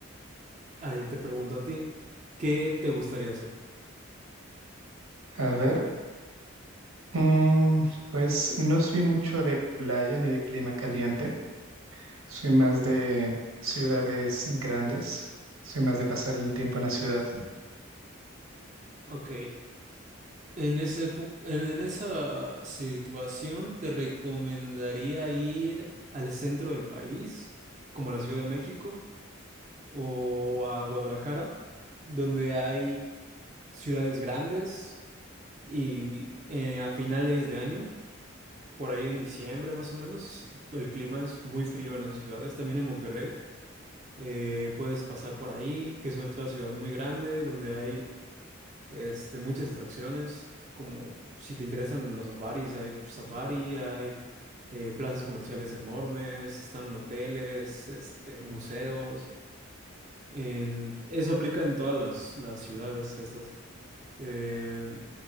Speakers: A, on the right (about 35°); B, on the right (about 85°).
A: Ahí te pregunto a ti, ¿qué te gustaría hacer?
B: A ver, mm, pues no soy mucho de playa ni de clima caliente, soy más
A: Ok,
B: de ciudades grandes, soy más de pasar el tiempo en la ciudad.
A: ok. En ese epo- en, en esa situación te recomendaría ir al centro del país, como la Ciudad de México o a Guadalajara, donde hay ciudades grandes y eh, a finales de año, por ahí en diciembre más o menos, el clima es muy frío en esas ciudades, también en Monterrey. eh, puedes pasar por ahí, que es otra ciudad muy grande, donde hay este, muchas atracciones, como si te interesan los safaris, hay safari, hay eh, plazas comerciales enormes, están hoteles, este, museos. en- eso aplica en todas las, las ciudades estas. Eh,